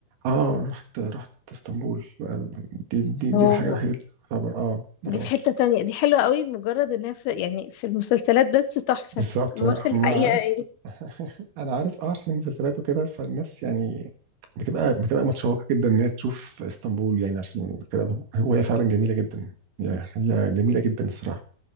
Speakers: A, on the right; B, on the left.
A: اه رحت رحت اسطنبول آه، دي دي دي
B: اوه
A: الحاجة الوحيدة اللي تعتبر اه برا
B: دي في
A: مصر
B: حتة تانية دي حلوة قوي مجرد انها في يعني في المسلسلات بس تحفة
A: بالظبط
B: امال في الحقيقة
A: ما انا عارف
B: ايه
A: انا عارف اه عشان المسلسلات وكده فالناس يعني بتبقى بتبقى متشوقه جدا ان هي تشوف اسطنبول يعني عشان كده هو هي فعلا جميله جدا هي هي جميله جدا الصراحه